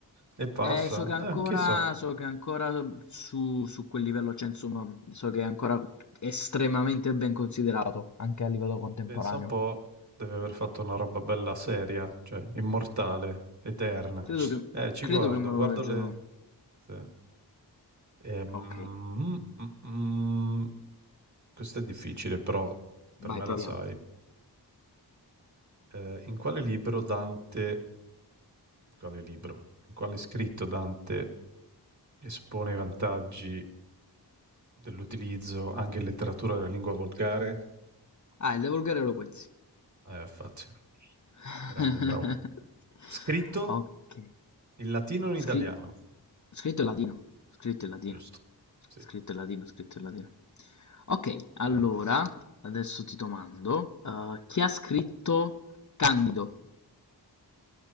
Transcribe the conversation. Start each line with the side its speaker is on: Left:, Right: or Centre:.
Right: E passa.
Left: Eh, so che ancora,
Right: Eh, chissà.
Left: so che ancora su, su quel livello c'è, insomma, so che è ancora estremamente ben considerato, anche a livello contemporaneo.
Right: Pensa un po', deve aver fatto una roba bella seria, cioè immortale, eterna.
Left: Credo che,
Right: Eh, ci
Left: credo
Right: guardo,
Left: che me
Right: guardo
Left: lo leggerò.
Right: le... sì. Ehm,
Left: Ok.
Right: mm, mm, mm. questo è difficile, però per
Left: Vai,
Right: me la
Left: proviamo.
Right: sai. Eh, in quale libro Dante, quale libro, in quale scritto Dante espone i vantaggi dell'utilizzo anche in letteratura della lingua volgare?
Left: Ah, il De Volgare Eloquenzi.
Right: Eh, facile.
Left: <laughs>
Right: Grande, bravo. Scritto?
Left: Ok.
Right: In latino e in
Left: Scri-
Right: italiano,
Left: Scritto in latino. Scritto in latino.
Right: giusto? Sì.
Left: Scritto in latino, scritto in latino. Ok, allora,
Right: Vai.
Left: adesso ti domando, eh, chi ha scritto Candido?